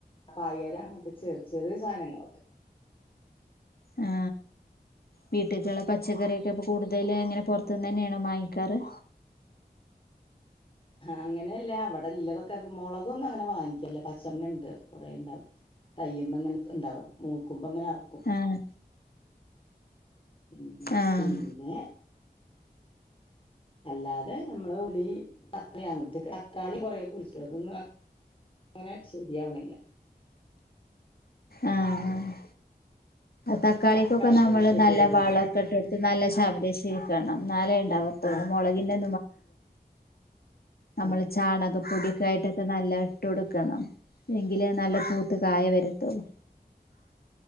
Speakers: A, on the left; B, on the left.
A: പയറ് അങ്ങനത്തെ ചെറിയ ചെറിയ സാധനങ്ങളൊക്കെ
B: ആ വീട്ടക്കുള്ള പച്ചക്കറിയൊക്കെപ്പോ കൂടുതൽ എങ്ങനെ പൊറത്തുന്ന് തന്നെയാണോ വാങ്ങിക്കാറ്
A: അങ്ങനെയല്ല അവിടെള്ളതൊക്കെ മുളകൊന്നും അങ്ങനെ വാങ്ങിക്കല്ല പച്ചന്ന ഉണ്ട് കുറെേ ഉണ്ടാവും തയ്യ്പോ അങ്ങനെ ഇണ്ടാവും മൂക്കും അപ്പൊ അങ്ങനെ അറക്കും
B: ആഹ്
A: ഉം ഉ
B: ആഹ്
A: പിന്നെ അല്ലാതെ നമ്മള ഉളി തക്കാളി അങ്ങനത്തെ തക്കാളിയും കൊറെൊക്കെ കുഴിച്ചിട്ടു അതൊന്നും അങ്ങനെ ശെരിയാവണില്ല
B: ആഹ് തക്കാളിക്കൊക്കെ
A: തക്കാളി
B: നമ്മള്
A: റെഡി
B: നല്ല
A: ആവില്ല
B: വള മക്കെയിട്ട് നല്ല ശബ്രിശിരിക്കണം നാല
A: ആ
B: മുളകിന്റെ നമ്മൾ
A: ആ
B: ചാണകം പൊടിക്കായിട്ടൊക്കെ നല്ല ഇട്ട് കൊടുക്കണം എങ്കില് നല്ല പൂത്ത് കായ വരത്തുള്ളൂ